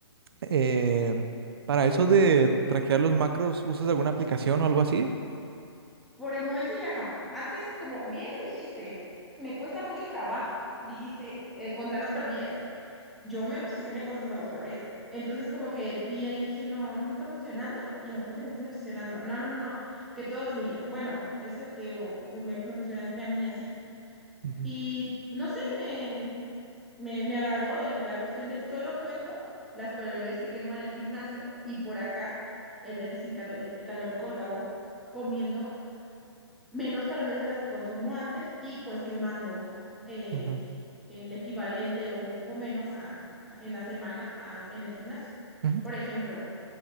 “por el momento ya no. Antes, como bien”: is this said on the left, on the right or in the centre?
Centre